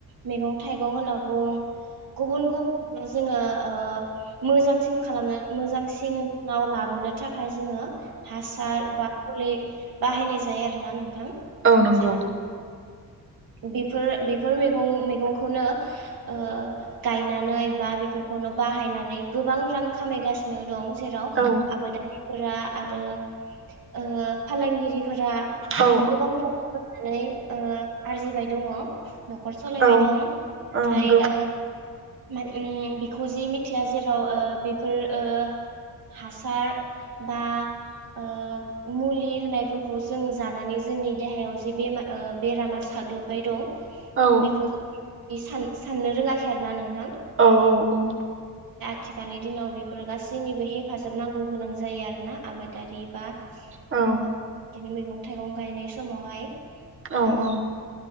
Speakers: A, on the right; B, on the right.
A: मैगं थाइगं होनना बुं गुबुन गुबुन जोङो ओ मोजांसिन खालामनो मोजांसिन नाव लाबोनो थाखाय जोङो हासार बा मुलि बाहायनाय जायो आरोना नोंथां।
B: औ नंगौ।
A: जेराव बेफोर बेफोर मैगं मैगंखौनो ओ गायनानै बा बेफोरखौनो बाहायनानै गोबां रां खामायगासिनो दं। जेराव
B: औ
A: आबादारि फोर आरो ओ फालांगिरिफोरा बिदिनो
B: औ
A: गोबां राव फनानै ओ आरजिबाय दङ। न'खर सालायबाय
B: औ
A: दं नाथाय
B: औ नंगौ
A: ओ ओ उम बेखौ जि मिथिया जेराव ओ बेफोर ओ हासार बा मुलि ओ होनायफोरखौ जों जानानै जोंनि देहायाव जि बेरामा साग्लोबबाय दं।
B: औ
A: बेखौ बे सान साननो रोङाखै आरो ना नों
B: औ औ औ
A: आथिखालनि दिनाव बेफोर गासैनिबो हेफाजाब नांगौ गोनां जायो आरोना आबादारि बा ओ
B: औ
A: बिदिनो मैगं थाइगं गायनाय समावहाय
B: औ
A: ओ
B: औ